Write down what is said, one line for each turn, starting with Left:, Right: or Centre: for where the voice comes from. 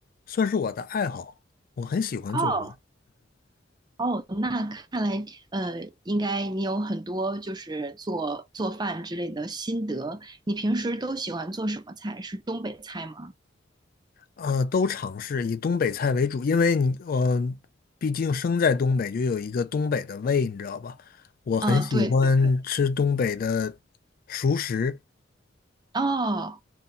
Left: 算是我的爱好，我很喜欢做饭，
Right: 哦。哦，那看来，呃，应该你有很多就是做做饭之类的心得。你平时都喜欢做什么菜？是东北菜吗？
Left: 呃，都尝试以东北菜为主，因为你，呃，毕竟生在东北，就有一个东北的胃，你知道吧？我很喜欢吃东北的熟食。
Right: 啊、对对对。哦，